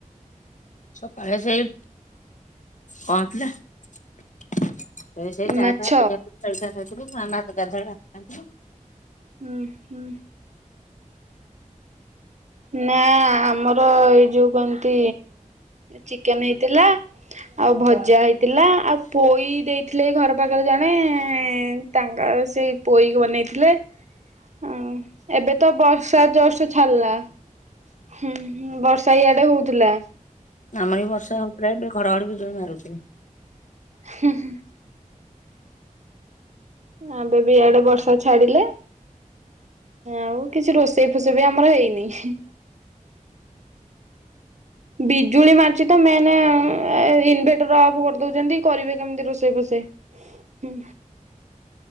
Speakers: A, on the left; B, on the right.
A: ସକାଳେ ସେଇ କଁ ଥିଲା ସେ ସେଇ ଚା
B: ମାଛ
A: ଫା ପିଠାପି ଜଳଖିଆ ଖାଇଥିଲୁ ମା ମା ତ ଗାଧୁଆଳେ ଭାତ ଖାଇଥିଲୁ।
B: ହୁଁ ହୁଁ। ନାଁ ଆମର ଏଇ ଯୋଉ କନ୍ତି ଚିକେନ୍ ହେଇଥିଲା ଆଉ ଭଜା ହେଇଥିଲା ଆଉ ପୋଇ ଦେଇଥିଲେ ଏଇ ଘର ପାଖରେ ଜଣେ। ଏଁ ତାଙ୍କର ସେଇ ପୋଇକୁ ବନେଇଥିଲେ। ହଁ ଏବେ ତ ବର୍ଷା ଜୋରସେ ଛାଡ଼ିଲା ହୁଁ ହୁଁ ବର୍ ଷା ଇଆଡ଼େ ହୋଉଥୁଲା।
A: ଆମର ବି ବର୍ଷା ହୋଉଥୁଲା ଏବେ ଘଡ଼ଘଡ଼ି ବିଜଳି ମାରୁଚି।
B: ହୁଁ ହୁଁ। ଏବେ ବି ଇଆଡ଼େ ବର୍ଷା ଛାଡ଼ିଲା। ଆଉ କିଛି ରୋଷେଇ ଫୋଷେଇ ବି ଆମର ହେଇନି। ଉଁ ବିଜୁଳି ମରୁଚି ତ ମେନ୍ ଏ ଇନ୍ ଭେଟର ଅଫ୍ କରିଦୋଉଚନ୍ତି କରିବେ କେମିତି ରୋଷେଇ ଫୋଷେଇ ହୁଁ।